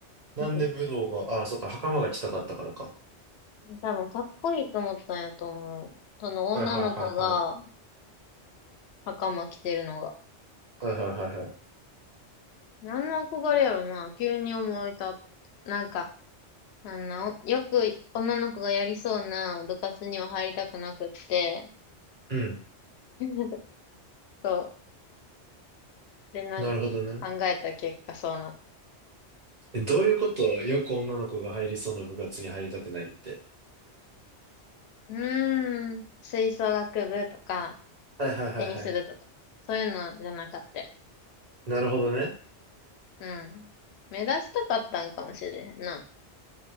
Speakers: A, on the right; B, on the left.
A: なんで武道が、
B: <laughs>
A: あ、そっか、袴が着たかったからか。
B: 多分かっこいいと思ったんやと思う。その女の子が
A: はいはいはいはい。
B: 袴着てるのが。
A: はいはいはいはい。
B: 何の憧れやろな急に思い立った。なんか、あの、よく女の子がやりそうな部活には入りたくなくって、
A: うん。
B: <laughs> そう。で、なんか考えた結果そうなっ
A: なるほどね。え、どういうことよく女の子が入りそうな部活に入りたくないって。
B: た。うーん、吹奏楽部とか、
A: はいはいはいはい。
B: テニス部とか、そういうのじゃなかった。
A: なるほどね。
B: うん。目指したかったんかもしれへんな。